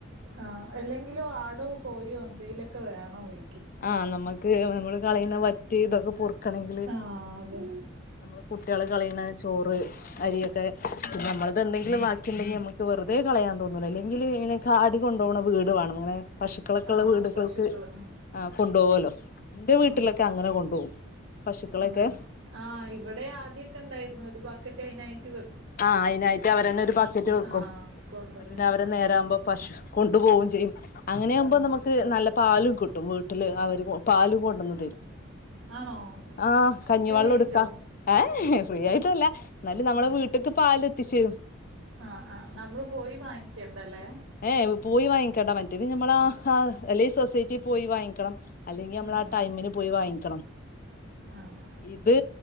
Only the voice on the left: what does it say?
ആഹ നമ്മക്ക് നമ്മള് കളയുന്ന വറ്റ് ഇതൊക്കെ പൊറുക്കണങ്കില്
നമ്മള് കുട്ട്യാള് കളിണ ചോറ് അരിയൊക്കെ പിന്നെ നമ്മളത് എന്തെങ്കിലും ബാക്കിണ്ടെങ്കി നമുക്ക് വെറുതെ കളയാൻ തോന്നു ല്ല അല്ലെങ്കില് ഇ കാടി കൊണ്ടണ വീട് വേണം ഇങ്ങനെ പശുക്കളൊക്കെ
ഉള്ള വീട്കൾക്ക്
ആഹ് കൊണ്ടോവുല്ലോ എന്റെ വീട്ടിലൊക്കെ
അങ്ങനെ കൊണ്ടോകും പശുക്കളെക്കെ
ആഹ് അയിനായിട്ട് അവരന്നെ ഒരു ബക്കറ്റ് വെക്കും
പിന്നെ അവര് നേരാകുമ്പോം പശു കൊണ്ടു പോവും ചെയ്യും അങ്ങനെയാകുമ്പോ
നമ്മക്ക് ക്ക് നല്ല പാലും കിട്ടും വീട്ടില് അവര് പാലും കൊണ്ടന്ന് തരും
ആഹ് കഞ്ഞിവെള്ളം
ഇട്ക്കാ ഏ ഫ്രീ ആയിട്ടല്ല ന്നാലും നമ്മളെ
വീട് ക്ക് പാൽ എത്തിച്ചരും
ഏ പോയി വാങ്ങിക്കണ്ട മറ്റേത് നമ്മള അല്ലെ സൊസൈറ്റിൽ പോയി വാങ്ങിക്കണം അല്ലെങ്കി നമ്മൾ
ആ ടൈമിന് പോയി വാങ്ങിക്കണം
ഇത്